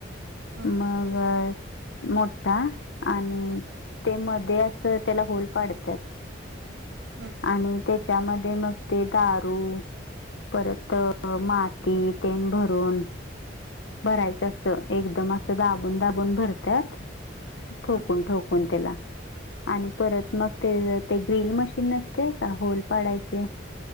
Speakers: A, on the right (about 80°); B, on the left (about 75°).
A: हं,
B: मग अ मोठा आणि ते मधे असंत, त्याला होल पाडतात.
A: हम्म.
B: आणि त्याच्यामध्ये मग ते दारू परत माती चेन भरून भरायचं अस एकदम असं दाबून, दाबून भरत्यात ठोकून,
A: हं,
B: ठोकून पण तेला आणि परत मग ते ते ग्रील मशीन नसते, का होल पाडायचे.